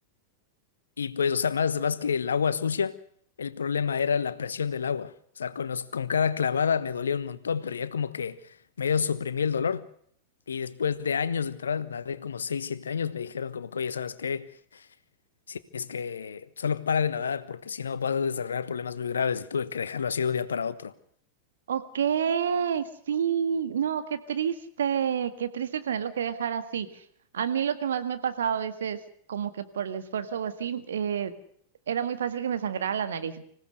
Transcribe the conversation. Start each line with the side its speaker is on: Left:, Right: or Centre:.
Left: y pues, o sea, más, más que el agua sucia, el problema era la presión del agua. O sea, con los, con cada clavada me dolía un montón, pero ya como que medio suprimí el dolor. Y después de años de entrar, nadé como 6 7 años, me dijeron como que, oye, ¿sabes qué? Si es que solo para de nadar porque si no vas a desarrollar problemas muy graves y tuve que dejarlo así de un día para otro.
Right: Ok, sí, no, qué triste, qué triste tenerlo que dejar así. A mí lo que más me pasaba a veces, como que por el esfuerzo o así, eh, era muy fácil que me sangrara la nariz.